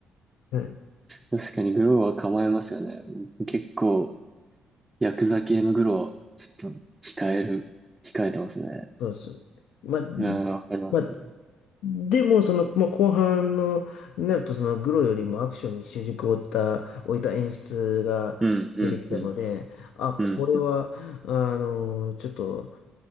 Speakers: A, on the left; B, on the right.
A: うん
B: 確かにグローは構えますよね。結構、ヤクザ系のグローは、ちょっと、控える、控えてますね。
A: そうですよね。まあ、
B: うん、わかりますね。
A: まあ、でも、その、まあ、後半の、になると、その、グロよりもアクションに習熟を置いた、置いた演出が出てきたので、
B: うん、うん、うん、
A: あ、
B: うん、
A: これは、
B: うん。
A: あの、ちょっと、